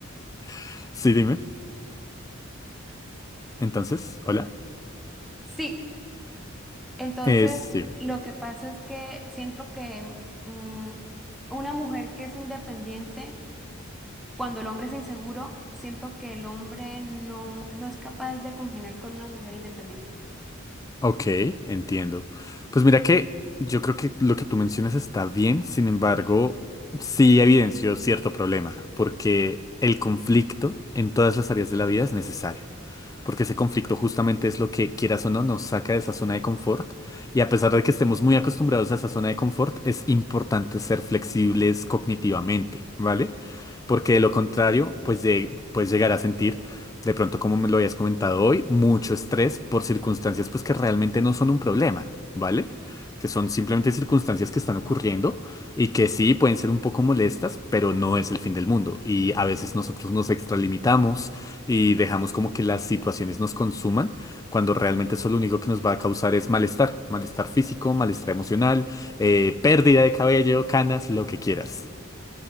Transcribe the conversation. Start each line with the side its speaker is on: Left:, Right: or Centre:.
Left: <laughs> Sí, dime. Entonces, hola.
Centre: sí. Entonces,
Left: Eh, sí.
Centre: lo que pasa es que siento que mm, una mujer que es independiente, cuando el hombre es inseguro, siento que el hombre no, no es capaz de congeniar con una mujer independiente.
Left: Ok, entiendo. Pues mira que yo creo que lo que tú mencionas está bien, sin embargo, sí evidenció cierto problema, porque el conflicto en todas las áreas de la vida es necesario, porque ese conflicto justamente es lo que, quieras o no, nos saca de esa zona de confort, y a pesar de que estemos muy acostumbrados a esa zona de confort, es importante ser flexibles cognitivamente, ¿vale? porque de lo contrario, pues lle- puedes llegar a sentir, de pronto como me lo habías comentado hoy, mucho estrés por circunstancias pues que realmente no son un problema, ¿vale? Que son simplemente circunstancias que están ocurriendo y que sí pueden ser un poco molestas, pero no es el fin del mundo. Y a veces nosotros nos extralimitamos y dejamos como que las situaciones nos consuman, cuando realmente eso lo único que nos va a causar es malestar, malestar físico, malestar emocional, eh, pérdida de cabello, canas, lo que quieras.